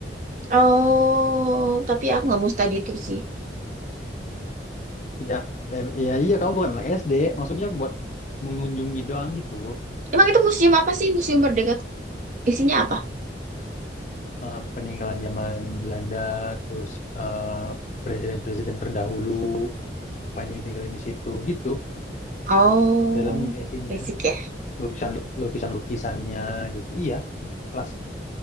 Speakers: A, on the right; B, on the left.
A: Oh, tapi aku nggak mau study tour sih.
B: Iya, eh, iya iya kamu bukan anak SD, maksudnya buat mengunjungi doang gitu.
A: Emang itu museum apa sih? Museum Merdeka tuh isinya apa?
B: eh, peninggalan zaman Belanda, terus eh, presiden-presiden terdahulu, apa aja yang tinggalin di situ, gitu.
A: Oh,
B: Dalamnya isinya,
A: basic ya,
B: lukisan lukisan lukisannya, gitu. Iya, klasik.